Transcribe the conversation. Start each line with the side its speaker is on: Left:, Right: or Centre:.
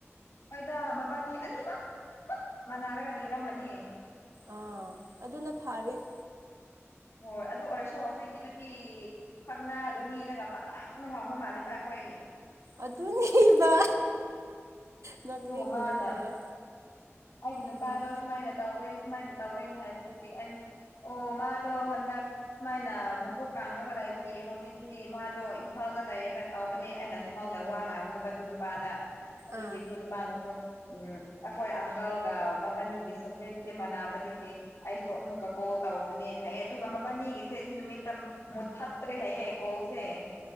Left: ꯍꯣꯏꯗ ꯃꯕꯥꯟꯅꯤ ꯑꯅꯤꯃꯛ ꯄꯨꯠ ꯃꯥꯟꯅꯥꯔꯒ ꯂꯤꯔꯝꯃꯅꯤ
Right: ꯑꯥ ꯑꯗꯨꯅ ꯐꯥꯔꯤꯞ
Left: ꯍꯣꯏ ꯑꯗꯨ ꯑꯣꯏꯔꯁꯨ ꯍꯧꯖꯤꯛꯀꯤꯗꯨꯗꯤ ꯈꯛꯅ ꯑꯗꯨ ꯃꯤꯗꯒ ꯄꯛꯉ <unintelligible>
Right: ꯑꯗꯨꯅꯤꯕ ꯅꯣꯠꯅꯤꯡꯕꯅ
Left: ꯑꯗꯨꯒ ꯃꯥꯅ
Right: ꯂꯣꯏꯔꯦ
Left: ꯑꯩꯒꯤ ꯅꯨꯄꯥꯗꯣ
Right: ꯎꯝ
Left: ꯁꯨꯃꯥꯏꯅ ꯇꯧꯔꯦ ꯁꯨꯃꯥꯏꯅ ꯇꯧꯔꯦꯅꯦ ꯍꯥꯏꯕꯗꯨꯒꯤ ꯑꯩꯅ ꯑꯣ ꯃꯥꯗꯣ ꯍꯟꯗꯛ ꯁꯨꯃꯥꯏꯅ ꯃꯕꯨꯛ ꯀꯥꯡꯉꯒ ꯂꯩꯕꯒꯤ ꯍꯧꯖꯤꯛꯇꯤ ꯃꯥꯗꯣ ꯏꯝꯐꯥꯜꯗ ꯂꯩꯔꯒ ꯇꯧꯕꯅꯦ ꯑꯩꯅ ꯁꯨꯃꯥꯏꯅ ꯋꯥ ꯉꯥꯡꯕꯅꯦꯕ ꯑꯗꯨ ꯑꯥꯗ ꯑꯗꯨꯕꯤ
Right: ꯑꯥ
Left: ꯗꯨ ꯅꯨꯄꯥꯅꯤꯁꯨ ꯎꯝ ꯑꯩꯈꯣꯏ ꯀꯜꯒ ꯃꯕꯥꯟꯅꯤꯒꯤ ꯁꯕꯖꯦꯛꯁꯦ ꯃꯥꯟꯅꯕꯗꯒꯤ ꯑꯩꯁꯨ ꯑꯃꯨꯛꯀ ꯀꯣꯜ ꯇꯧꯕꯅꯦꯅ ꯍꯥꯏꯌꯦ ꯑꯗꯨꯒ ꯃꯕꯥꯟ ꯅꯤꯒꯤꯁꯦ ꯑꯗꯨ ꯅꯨꯃꯤꯠꯇ ꯃꯨꯊꯠ ꯇ꯭ꯔꯦ ꯍꯥꯏꯌꯦ ꯀꯣꯜ ꯁꯦ